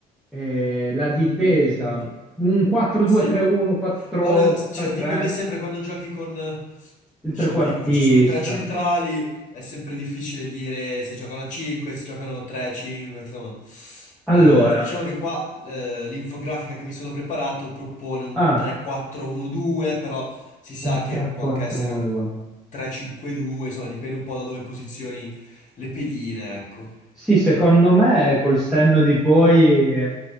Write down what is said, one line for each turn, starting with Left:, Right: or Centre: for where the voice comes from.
Centre: eh, la
Left: Mm.
Centre: difesa un 4-2-3-1,
Left: Sì,
Centre: 4-3-3,
Left: ma le- cioè, dipende sempre quando giochi con, eh,
Centre: il
Left: diciamo,
Centre: trequartista.
Left: ti dico che ci sono tre centrali, è sempre difficile dire se giocano a 5, se giocano 3, 5, insomma.
Centre: Allora,
Left: Eh, diciamo che qua eh, l'infografica che mi sono preparato propone un
Centre: ah,
Left: 3-4-1-2, però si sa
Centre: un
Left: che
Centre: 3-4-1-2.
Left: può anche essere un 3-5-2, insomma, dipende un po' da dove posizioni le pedine, ecco.
Centre: Sì, secondo me col senno di poi eh,